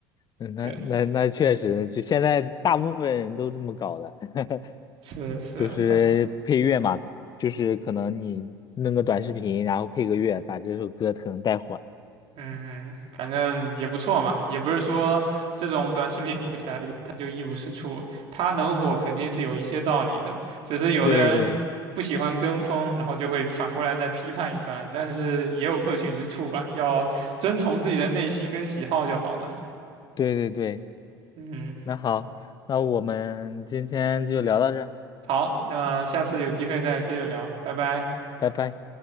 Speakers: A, on the left; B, on the right.
A: 嗯那那那确实就现在大部分人都这么搞的，
B: 对，
A: <laughs>
B: 是是，
A: 就是配乐嘛，
B: 反
A: 就是可能你弄个短视频，然后配个乐，把这首歌可能带火了。
B: 嗯，嗯反正也不错嘛，也不是说这种短视频火起来了它就一无是处，它能火肯定是有一些道理的，只是有的人不喜欢跟风，
A: 对对
B: 然后就会反过来再批判一番，但是也有可取之处吧，要遵从自己的内心跟喜好就好了。
A: 对对对，
B: 嗯，
A: 那好，那我们今天就聊到这儿，
B: 好，那下次有机会再接着聊，拜拜。
A: 拜拜。